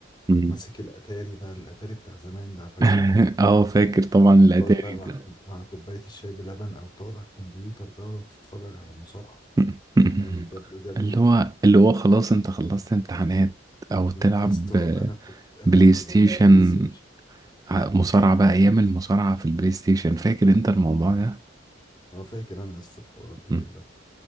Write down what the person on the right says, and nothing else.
مم.
<laughs> اه فاكر طبعا الاتاري
ده
<laughs>
اللي هو اللي هو خلاص انت خلصت امتحانات او تلعب
آه،
بلاي
ستيشن
ع- مصارعة بقى ايام المصارعة في البلاي ستيشن فاكر انت الموضوع ده
مم.